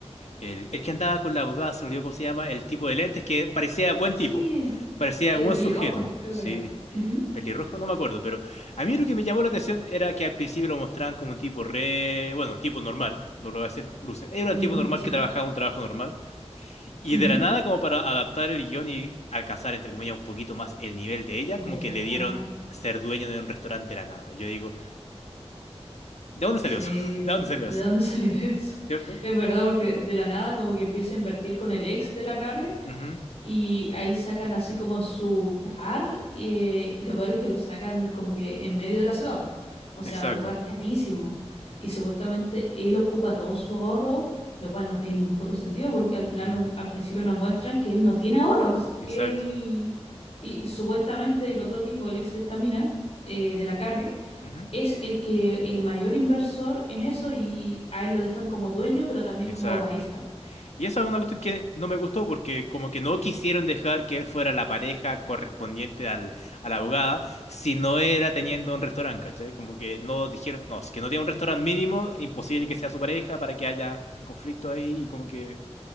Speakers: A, on the left; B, on the left.
A: el, el que andaba con la abogada, se me olvidó cómo se llama, el tipo de lentes que parecía buen
B: Sí,
A: tipo, parecía
B: el
A: buen
B: pelirrojo,
A: sujeto.
B: creo
A: Sí.
B: que era. Ujú,
A: Pelirrojo, no me acuerdo, pero a mí lo que me llamó la atención era que al principio lo mostraban como un tipo re, bueno, un tipo normal, no lo voy a hacer Lucer, era
B: ujú,
A: un tipo normal
B: sí,
A: que trabajaba un trabajo normal, y
B: ujú.
A: de la nada como para adaptar el guión y alcanzar, entre comillas, un poquito más el nivel de ella,
B: ¿Verdad?
A: como que le dieron ser dueño de un restaurante de la nada. Yo digo, ¿de dónde
B: Sí,
A: salió eso? <laughs> ¿De
B: sí.
A: dónde salió
B: ¿De
A: eso?
B: dónde salió <laughs> eso?
A: ¿Cierto?
B: Es verdad, porque de la nada como que empieza a invertir con el ex de la Carrie
A: Ujú,
B: y ahí sacan así como su bar eh, y lo peor es que lo sacan como que en medio de la ciudad, po. O sea,
A: Exacto.
B: un lugar carísimo. Y supuestamente él ocupa todo su ahorro, lo cual no tiene ni un puto sentido porque al final
A: ujú,
B: no- al principio nos muestran que él no tiene ahorros, que
A: Exacto.
B: él... Y supuestamente el otro tipo, el ex de esta mina, eh, de la Carrie,
A: ujú,
B: es el que el mayor inversor en eso y a él lo dejan como dueño, pero también
A: Exacto.
B: como barista.
A: Y esa es una cuestión que no me gustó porque como que no quisieron dejar que él fuera la pareja correspondiente al, a la abogada si no era teniendo un restaurante, ¿cachai? Como que no dijeron, no, si que no tiene un restaurante mínimo, imposible que sea su pareja para que haya un conflicto ahí y como que,